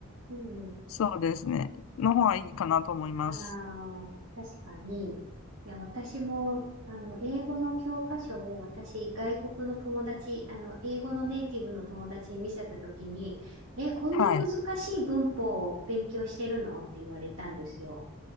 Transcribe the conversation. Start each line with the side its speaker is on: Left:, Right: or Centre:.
Right: うん、うん。
Left: そうですね。の方がいいかなと思います。
Right: ああ、確かに。いや、私も、あの、英語の教科書を私、外国の友達、あの、英語のネイティブの友達に見せたときに、え、こんな難しい文法を勉強してるのって言われたんですよ。
Left: はい。